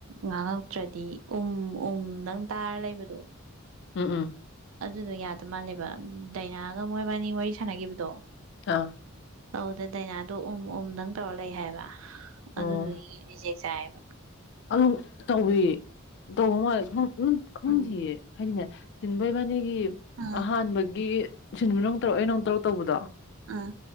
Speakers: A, on the right; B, on the left.
A: ꯉꯥꯡꯉꯛꯇ꯭ꯔꯗꯤ ꯎꯝ ꯎꯝ ꯅꯪ ꯇꯥꯔ ꯂꯩ ꯑꯣꯏꯗꯣ
B: ꯎꯝ ꯎꯝ
A: ꯑꯗꯨꯗꯣ ꯌꯥꯗ ꯃꯥꯜꯂꯦꯕ ꯗꯥꯏꯅꯥꯒ ꯃꯣꯏꯕꯥꯅꯤ ꯋꯥꯔꯤ ꯁꯥꯟꯅꯈꯤꯕꯗꯣ
B: ꯑꯥ
A: ꯑꯧꯗ ꯗꯥꯏꯅꯥꯗꯣ ꯎꯝ ꯎꯝꯗꯪ ꯇꯧꯔ ꯂꯩ ꯍꯥꯏꯕ ꯑꯗꯨꯗꯨꯒꯤ
B: ꯑꯣ
A: ꯔꯤꯖꯦꯛ ꯆꯥꯏꯌꯦꯕ
B: ꯑꯗꯨꯝ ꯇꯧꯋ ꯇꯧꯕ ꯃꯥꯜꯂꯦ ꯈꯪꯗꯌꯦ
A: ꯎꯝ
B: ꯍꯥꯏꯗꯤꯅꯦ ꯁꯤꯟꯕꯩꯕꯥꯅꯤꯒꯤ
A: ꯑꯥ
B: ꯑꯍꯥꯟꯕꯒꯤ ꯁꯤꯟꯕ ꯅꯨꯡ ꯇꯧꯔꯣꯑꯣ ꯑ ꯇꯔꯨꯛ ꯇꯧꯕꯗꯣ
A: ꯑꯥ